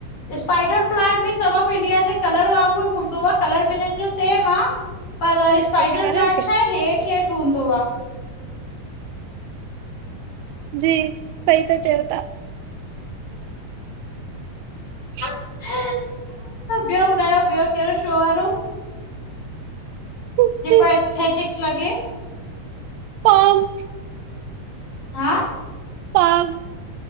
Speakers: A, on the left; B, on the right.
A: स्पाइडर प्लांट ॿि सन ऑफ इंडिया जे कलर वांगुर हूंदो आ कलर बि्नि जो सेम आ।
B: <inaudible>
A: पर
B: बेइज़ती
A: स्पाइडर
B: करे
A: प्लांट
B: रखे
A: छा आहे, हेठ- हेठ हूंदो आ।
B: जी, सही त चयो था। <inaudible>
A: ह, ॿियो ॿुधायो, ॿियो कहिड़ो शो वारो?
B: तव्हां
A: जेको एस्थेटिक लॻे।
B: पाम <inaudible> <unintelligible>
A: <inaudible>
B: <unintelligible>